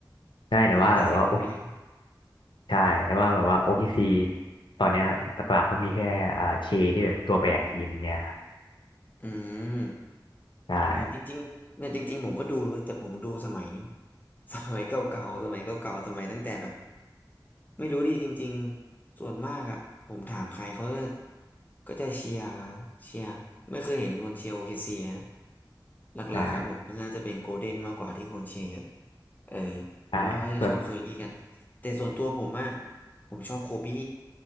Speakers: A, on the left; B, on the left.
A: ใช่แต่ว่าแบบว่าโอเค
B: แต่มันก็สิบกว่าปี
A: ใช่แต่ว่าแบบว่าโอเคซีตอนเนี้ยหลักๆก็มีแค่อ่าเคที่แบบตัวแบกทีมอย่างเงี้ยครับ
B: อืม
A: ใช่
B: อ่ะจริงๆเนี่ยจริงๆผมก็ดูเลยแต่ผมดูสมัย <laughs> สมัยเก่าๆสมัยเก่าๆสมัยตั้งแต่แบบ ไม่รู้ดิจริงๆส่วนมากอ่ะผมถามใครเขาก็ก็จะเชียร์เชียร์ไม่เคยเห็นคนเชียร์โอเคซีเลยนะหลักๆครับผมน่าจะเป็นโกลเด้นมากกว่าที่คนเชียร์เยอะ
A: ใช่
B: เออ
A: ใช่ส่วน
B: ส่วนมากเขาจะชอบเคอรี่กันแต่ส่วนตัวผมอะผมชอบโคบี้